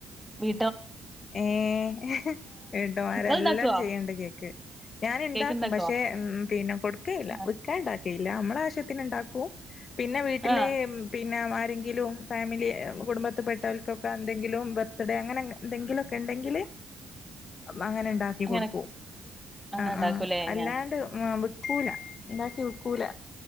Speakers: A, in the centre; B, on the left (about 50°).
A: വി
B: ഏഹ് ഹ് വീട്ടമാരെല്ലാം
A: നിങ്ങൾ ഉണ്ടാക്കുവോ
B: ചെയ്യണ്ട് കേക്ക് ഞാൻണ്ടാക്കും
A: കേക്ക് ഉണ്ടാക്കുവോ
B: പക്ഷേ പിന്നെ കൊടുക്കയില്ല
A: ആ
B: വിൽക്കാണ്ടാക്കേയില്ല നമ്മളെ ആവശ്യത്തിന് ണ്ടാക്കു പിന്നെ വീട്ടില്
A: ആ
B: പി പിന്നെ ആരെങ്കിലും ഫാമിലി കുടുംബത്ത് പെട്ടവൽക്കൊക്കെ എന്തെങ്കിലും ബർത്ത്ഡേ അങ്ങനെ അങ്ങനെ എന്തെങ്കിലൊക്കെ ഉണ്ടെങ്കില് അങ്ങനണ്ടാക്കി
A: അങ്ങനെ
B: കൊടുക്കു
A: അങ്ങനെ
B: അ
A: ഉണ്ടാക്കൂലേ
B: ആഹ് അല്ലാണ്ട്
A: ഞാൻ
B: പൂല ണ്ടാക്കി വിക്കൂല